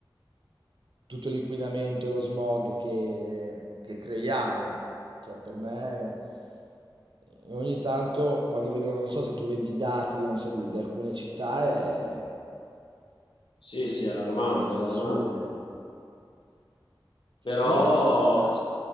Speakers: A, on the right; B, on the left.
A: tutto l'inquinamento e lo smog che, che creiamo. Cioè, per me, eh, ogni tanto, quando vedo, non so se tu vedi i dati, non so, di, di alcune città, è
B: Sì, sì, è allarmante,
A: una cosa
B: è allarmante.
A: assurda.
B: però
A: Voglio pe-